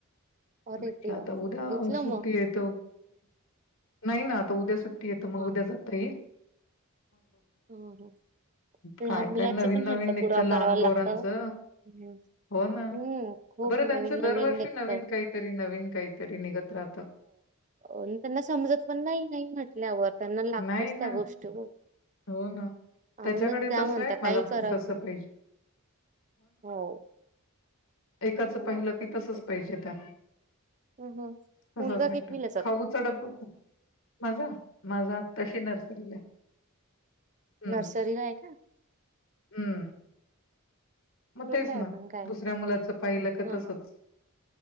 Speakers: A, on the right; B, on the left.
A: अरे
B: म्हटलं
A: देवा
B: आता उद्या
A: घेतलं
B: सुटी
A: मग
B: येत. नाही ना आता उद्या सुट्टी येतं मग
A: हा
B: उद्या
A: हा.
B: जातई
A: ह
B: काय
A: लहान मुलांचा
B: काय नवीन
A: पण
B: नवीन
A: हट्ट
B: निघतं
A: पुराव
B: लहान
A: कराव लागत.
B: पोरांचं
A: हम्म
B: हो ना
A: हम्म खूप
B: बरं
A: नवीन
B: त्यांचं दरवर्षी
A: निघत
B: नवीन काहीतरी नवीन काहीतरी निघत राहत.
A: अ त्यांना समजत पण नाही नाही म्हटल्यावर त्यांना लागतच
B: नाही
A: त्या
B: ना
A: गोष्टी
B: हो ना
A: आणूनच
B: त्याच्याकडे
A: द्या
B: तसं
A: म्हणतात
B: आहे मला
A: काही करावत्या
B: पण तसं पाहिजे
A: हो
B: एकाचं
A: मुलांच
B: पाहिलं की
A: तेच
B: तसच
A: असतं
B: पाहिजे त्यात,
A: हं हं
B: तसंच
A: मुलगा
B: वाटत
A: कितवीला जातो?
B: खाऊ च डबा पण माझा माझा आताशी नर्सरीला हम्म
A: नर्सरी ला आहे का.
B: हम्म मग
A: छोटा
B: तेच
A: आहे
B: ना
A: पण काय
B: दुसऱ्या मुलाचं पाहिलं क
A: हा
B: तसंच
A: हा